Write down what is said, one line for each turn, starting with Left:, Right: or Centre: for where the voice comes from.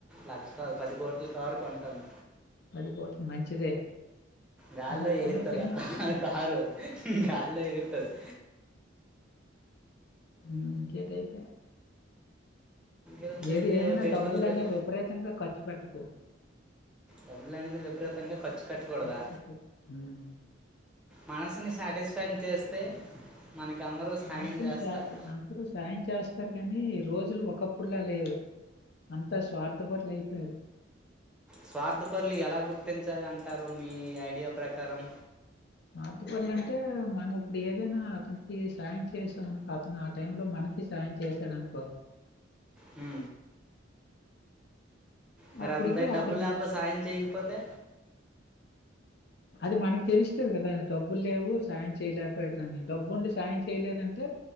Centre: లక్ష కార్ పది కోట్ల కారు కొంటాను
Left: పది కోట్లు మంచిదే
Centre: గాల్లో
Left: నువ్వు కొనే
Centre: ఎగర్తది
Left: టైం
Centre: అ కారు గాల్ల్లో ఎగర్తది
Left: ఇంకేటి అయితే
Centre: ఎగురుతుంది
Left: ఏది ఏమైనా
Centre: పెట్రోల్
Left: డబ్బులునే
Centre: రే-
Left: విపరీతంగా ఖర్చు పెట్ట పటుకు
Centre: డబ్బులునేది విపరీతంగా ఖర్చు పెట్టకూడదా
Left: ఖర్చు పెట్టకు హ్మ్
Centre: మనసుని సాటిస్ఫై పని చేస్తే
Left: <unintelligible>
Centre: మనకి అందరూ సాయం చేస్తారు
Left: అందరూ సాయం చేస్త వస్తారు కానీ రోజులు ఒకప్పుడులా లేవు అంత స్వార్థపరలు అయిపోయారు
Centre: స్వార్థపరులు ఎలా గుర్తించాలి సారు మీ ఐడియా ప్రకారం
Left: స్ార్థపర్ల అంటే మనం ఇప్పుడు ఏదైనా అతనికి సాయం చేస్తాం అనుకో అతను ఆ టై లో మనకి సాయం చేసాడునుకో
Centre: హూ మరి
Left: అప్పటికి
Centre: అతనుదగ్గర
Left: ఆడు
Centre: డబ్బులు లేకపో సాయం చేయకపోతే
Left: అది మనకు తెలుస్తుది కదా డబ్బులు లేవు సాయం చేయలేకపోయాడు అని డబ్బు ఉండి సాయం చేయలేదంటే